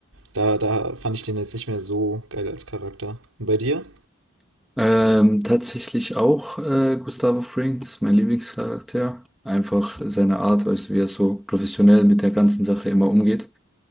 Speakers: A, on the right (about 75°); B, in the centre.
A: da, da fand ich den jetzt nicht mehr so geil als Charakter. Und bei dir?
B: Ähm, tatsächlich auch äh, Gustavo Fring, das ist mein Lieblingscharakter. Einfach seine Art, weißt du, wie er so professionell mit der ganzen Sache immer umgeht.